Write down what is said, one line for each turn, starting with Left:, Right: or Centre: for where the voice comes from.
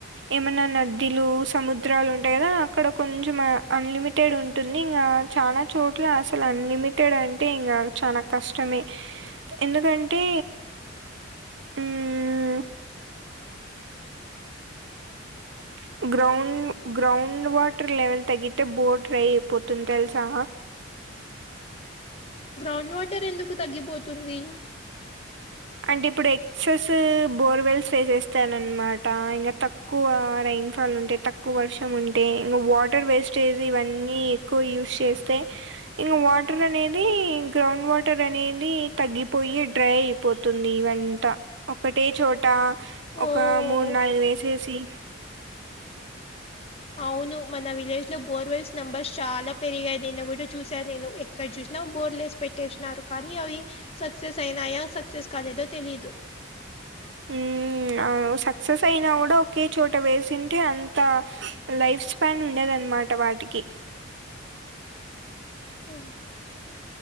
Right: ఏమైన నద్దిలు సముద్రాలు ఉంటాయి కదా అక్కడ కొంచెం అన్లిమి టేడ్ ఉంటుంది ఇంగా చాలా చోట్ల అసలు అన్లిమి టడంటే ఇంగా చాలా కష్టమే ఎందుకంటే హ్మ్ ఓ <unintelligible> గ్రౌండ్ గ్రౌండ్ వాటర్ లెవెల్ తగ్గితే బోర్ డ్రై అయిపోతుంది తెల్సా
Left: గ్రౌండ్ వాటర్ ఎందుకు తగ్గిపోతుంది
Right: అంటే ఇప్పుడు ఎక్సెస్ బోర్వెల్స్ వేసేస్తానన్న మాట ఇంగా తక్ తక్కువ రైన్ ఫాల్ ఉంటే తక్కువ వర్షం ఉంటే ఇంగా వాటర్ వేస్టేజ్ ఇవన్నీ ఎక్ క్కు యూస్ చేస్తే ఇంగ వాటర్ అనేది గ్రౌండ్ వాటర్ అనేది తగ్గిపోయి డ్రై పోతుంది వంట ఒకటే చోట ఒక
Left: ఓ
Right: మూడు నాలుగు వేసేసి
Left: అవును మన విలేజ్ లో బోర్వెల్స్. నెంబర్స్ చాలా పెరిగాయి నిన్న కూడా చూసాను నేను ఎక్కడ చూసినా బోర్లేసి పెట్టేసినారు కానీ అవి సక్సెస్ అయినాయా సక్సెస్ కాలేదో తెలియదు
Right: మ్ మ్ సక్సెస్ అయినా కూడా ఒకే చోట వేసింటే అంత లైఫ్ న్ ఉండేదన్నమాట వాటికి
Left: మ్